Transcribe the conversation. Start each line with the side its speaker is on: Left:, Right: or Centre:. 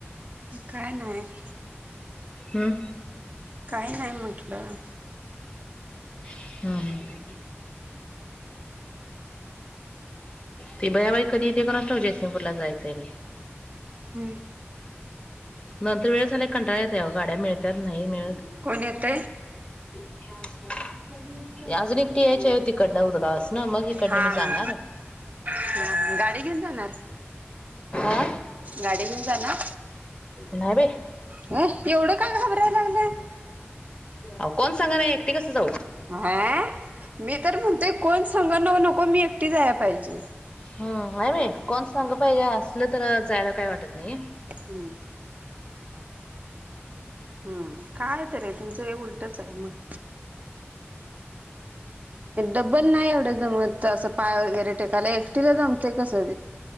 Right: काय नाही.
Left: हां.
Right: काही नाही म्हटलं.
Left: हम्म हम्म तेी बयाबाई कधी इथे कोण न जयसिंगूरला जायचंय.
Right: हम्म
Left: नंतर वेळ झाल्याला कंटाळत या गाड्या मिळतात नाही मिळत.
Right: कोण येत.
Left: अच्छा अच्छा <unintelligible> अजून एकटी यायच्या आहे, हो तिकडनं उदगावस ना मग इकडन
Right: हा
Left: मी जाणार.
Right: हा हा गाडी घेऊन जाणार
Left: आं.
Right: गाडी घेऊ जा ना.
Left: नाही ब.
Right: हो एवढं काय घाबराय लागलं.
Left: हो कोण सांग ना एकटे कसं जाऊ.
Right: हा मी तर म्हणते कोण संगण न नको, मी एकटी जायला पाहिजे.
Left: हम नाही बाई कोण सांग पाहिजे असलं तर जायला काही वाटत नाही.
Right: हम. हम्म काय तर आहे तुमचं हे उलटच आहे मग. डबल नाही एवढं जमत असं पाय वगैरे टेकायला एकटीला जमतेय कसं.